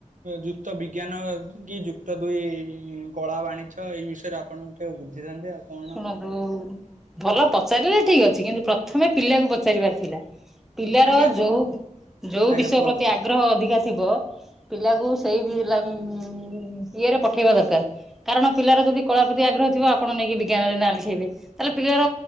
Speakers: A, on the right; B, in the centre.
A: ଯୁକ୍ତ ବିଜ୍ଞାନ କି ଯୁକ୍ତ ଦୁଇ କଳା, ବାଣିଜ୍ୟ ଏଇ ବିଷୟରେ ଆ ଆପଣଙ୍କଠୁ ଟିକେ ବୁଝିଥାନ୍ତି ଆଉ। କଣ
B: ଶୁଣନ୍ତୁ, ଭଲ ପଚାରିଲେ ଠିକ ଅଛି, କିନ୍ତୁ ପ୍ରଥମେ ପିଲାକୁ ପଚାରିବାର ଥିଲା। ପିଲାର
A: ଆଜ୍ଞା
B: ଯୋଉ ଯୋଉ
A: ଆଜ୍ଞା
B: ବିଷୟ
A: କୁହନ୍ତୁ
B: ପ୍ରତି ଆଗ୍ରହ ଅଧିକା ଥିବ ପିଲା କୁ ସେଇ ବି ଉୁଁ ଇଏରେ ପଠେଇବା ଦରକାର। କାରଣ ପିଲାର ଯଦି କଳା ପ୍ରତି ଆଗ୍ରହ ଥିବ ଆପଣ ନେଇକି ବି ଜ୍ଞାନରେ ନାଁ ଲେଖେଇବେ ତାହେଲେ ପିଲାର